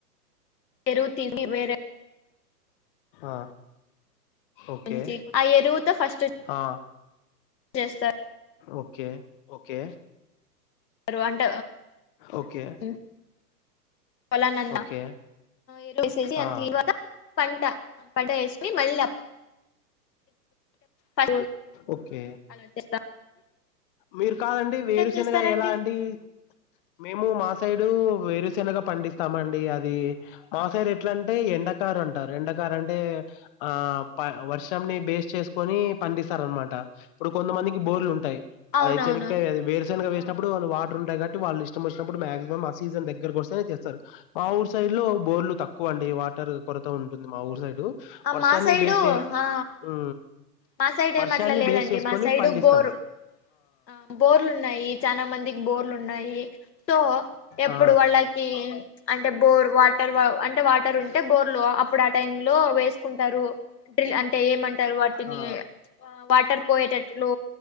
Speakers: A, on the left; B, on the left.
A: ఎరువు తిని వేరె
B: ఆ! ఓకే.
A: మంచి ఆ ఎరువుతో ఫస్ట్
B: ఆ!
A: చేస్తారు
B: ఓకే ఓకే
A: రు అంట
B: ఓకే.
A: ఉ పలానంద
B: ఓకే.
A: ఇల వస్సేస్సి
B: ఆ!
A: అంత క్లీన్గ పంట పంట ఎస్కుని మళ్ళప్ప బ
B: ఓకే.
A: అంతే త
B: మీరు కాదండి వేరుశనగా
A: చేస్తారండి
B: ఎలా అండి మేము మా సైడు వేరుసెనగా పండిస్తామండి అది మా సైడ్ ఎట్లా అంటే ఎండకారు అంటారు ఎండ అంటే ఆ వర్షంని బేస్ చేసుకొని పండిస్తారు అనమాట ఇప్పుడు కొంతమంది బోర్లు ఉంటాయి
A: అవునవునవును
B: అ చేనగకాయ వేరుశెనగ వేసినప్పుడు
A: ఆ
B: వాళ్ళు వాటర్ ఉంటాయి కాట్ వాళ్ళు ఇష్టం వచ్చినప్పుడు మాక్సిమం ఆ సీజన్ దగ్గరకు వస్తే చేస్తారు మా ఊరు సైడ్ లో బోర్లు తక్కువ అండి వ టర్ కొరత ఉంటుంది మా ఊరు సైడు
A: ఆ,
B: వర్షాన్ని
A: మా సైడు
B: బేస్ చెస్
A: ఆ
B: ఊ
A: మా సైడ్ ఏం
B: వర్షాన్ని
A: అట్లా లేదండి
B: బేస్ చేసుకొని
A: మా సైడు
B: పండిస్
A: బోరు ఆ బోర్లు ఉన్నాయి చానా మందికి బోర్లు ఉన్నాయి సో ఎప్పుడు
B: ఆ
A: వాళ్ళకి అంటే బోర్ వాటర్ అంటే వాటర్ ఉంటే బోర్లు అప్పుడు ఆ టై లో వేసుకుంటారు డ్రిల్ అంటే ఏమంటర్ వాటిని
B: ఆ
A: వాటర్ పోయేటట్లు